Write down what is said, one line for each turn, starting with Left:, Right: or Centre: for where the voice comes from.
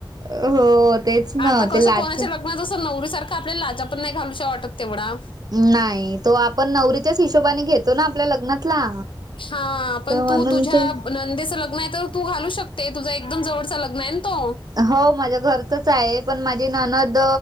Right: हो तेच ना
Left: आता कसं
Right: ते लाच
Left: कोणाच्या लग्नात जसं नवरी सारखा, आपल्याला लाचा पण नाही घालूश वाटत तेवढा
Right: नाही, तो आपण नवरीच्याच हिशोबाने घेतोना आपल्या लग्नातला.
Left: हा, पण
Right: तर म्हणून
Left: तू तुझ्या
Right: ते
Left: नंदेचं लग्न आहे तर, तू घालू शकते, तुझा एकदम जवळच लग्न आहे ना तो.
Right: हो, माझ्या घरचच आहे, पण माझी ननद